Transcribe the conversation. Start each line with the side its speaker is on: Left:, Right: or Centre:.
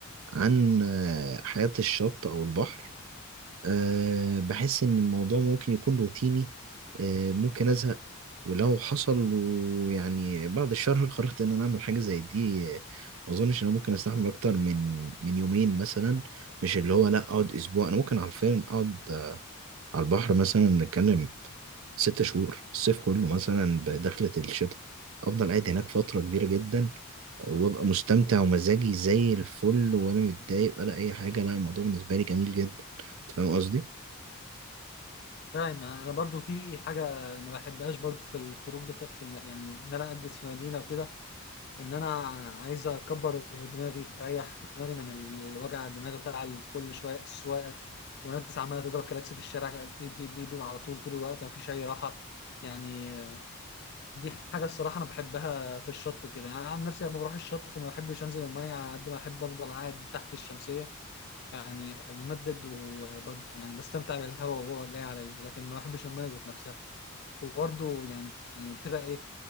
Right: عن آه، حياه الشط او البحر آه، بحس ان الموضوع ممكن يكون روتيني آه، ممكن ازهق ولو حصل ويعني بعد الشر <laughs> قررت ان انا اعمل حاجه زي دي آه، ما اظنش ان انا ممكن استحمل اكتر من من يومين مثلا مش اللي هو لا اقعد اسبوع انا ممكن عارفين اقعد على البحر مثلا نتكلم ست شهور الصيف كله مثلا بدخلة الشتاء أفضل قاعد هناك فترة كبيرة جدا وأبقى مستمتع ومزاجي زي الفل ولا متضايق ولا أي حاجة لا الموضوع بالنسبة لي جميل جدا أنت فاهم قصدي؟
Left: فاهم انا برضو في حاجه ما بحبهاش برضو في الخروج بتا... في الم... يعني ان انا اجز في مدينه وكده ان انا عايز اكبر دماغي اريح دماغي من الوجع الدماغ بتاع ال- كل شويه السواقه وناس عماله تضرب كلاكس في الشارع بي- بي- بي- بيبقى على طول طول الوقت ما فيش اي راحه يعني دي حاجة الصراحة أنا بحبها في الشط وكده يعني أنا عن نفسي لما بروح الشط ما بحبش أنزل المية على قد ما أحب أفضل قاعد تحت الشمسية يعني بمدد وب... يعني بستمتع بالهواء وهو جاي عليا لكن ما بحبش المية ذات نفسها وبرضه يعني بتبقى إيه